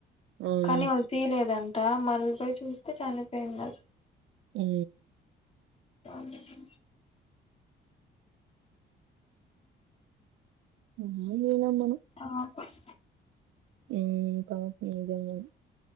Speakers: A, on the right (about 85°); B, on the left (about 30°).
A: ఆ
B: కానీ
A: మ్మ్
B: వాళ్ళు తీయలేదంట మలపోయి చూస్తే చనిపోయిన్నా
A: హు
B: అ <inaudible>
A: నేను పోయిన అమ్మ
B: ఆ బస్
A: హు పాపం నిజంగానే